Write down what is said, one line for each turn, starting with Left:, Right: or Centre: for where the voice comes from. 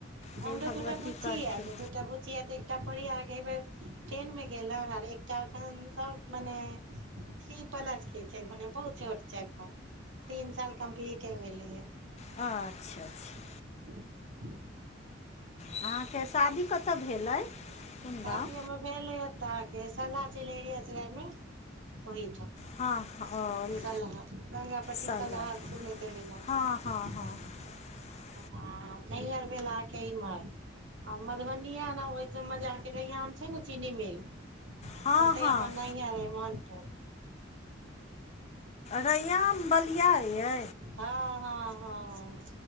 Left: जे
Right: हमरो
Left: भगवती
Right: दूटा बुच्ची
Left: करथिन
Right: यै तऽ दु। एकटा बुचिया तऽ एकटा पढ़ैया अहाँके एय बेर टेन में गेलऽ आर एकटा अखन सब मने। थ्री प्लस के छै, मने बहुत छोट छै एखन तीन साल कम्प्लीटे भेलैयै।
Left: अच्छा-अच्छा।
Right: <unintelligible>
Left: अहाँके शादी कतऽ भेलै कोन
Right: शादि
Left: गाँव
Right: हम्मर भेल एय ओतऽ अहाँक। केसल्ला छेलै लहरिया सराए में ओहिठां।
Left: हँ हँ ओ
Right: सलहा, गंगापट्टी
Left: सलह
Right: सलहा सुनैत हेब्बै नाम।
Left: हँ हँ <unintelligible>
Right: हाँ, नैहर भेल अहाँके इम्हर। आ मधुबनीया एना होय छै मजा के रैयाम छै न चीनी मिल।
Left: हँ
Right: तऽ ओत्तै
Left: हँ
Right: हम्मर नहियर अय मोहनपुर।
Left: रैयाम बलिआ यै।
Right: हाँ हँ हँ।